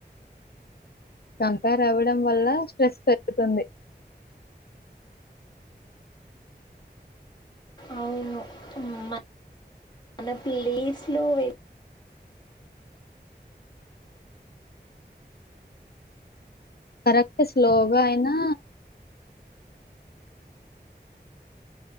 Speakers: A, on the left; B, on the left.
A: కంకార్ అవ్వడం వల్ల స్ట్రెస్ పెరుగుతుంది
B: అవును ఉమ్ మా న ప్లీస్ లో వెల్
A: కరెక్ట్ స్లోగా అయినా